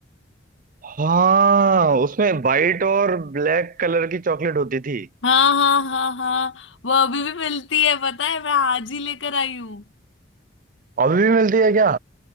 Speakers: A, on the right (about 45°); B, on the left (about 80°).
A: हाँ उसमें वाइट और ब्लैक कलर की चॉकलेट होती थी
B: हाँ हाँ हाँ हाँ वो अभी भी मिलती है पता है मैं आज ही लेकर आई हूँ
A: अभी भी मिलती है क्या